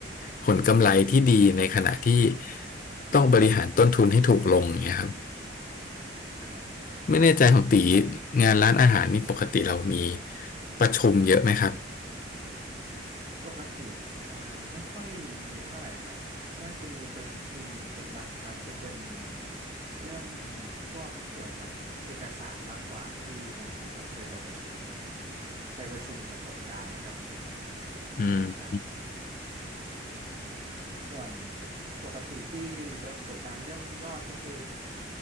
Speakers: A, on the left; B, on the right.
A: ผลกำไรที่ดีในขณะที่ต้องบริหารต้นทุนให้ถูกลงอย่างเงี้ยครับ
B: <laughs> ครับ
A: ไม่แน่ใจของตี
B: อืม
A: งานร้านอาหารนี่ปกติเรามีประชุมเยอะไหมครับ
B: ปกติอ่าไม่ค่อยมีเท่าไหร่ครับถ้าจะมีประชุมกันบางครั้งจะเป็นเรื่องพวกเกี่ยวกับเอกสารมากกว่าที่ตอนผมเคยไปประชุมนะไปประชุมกับส่วนกลางนะครับ
A: อืม
B: ใช่ ส่วนปกติที่โดนกดดันเรื่องยอดก็คือ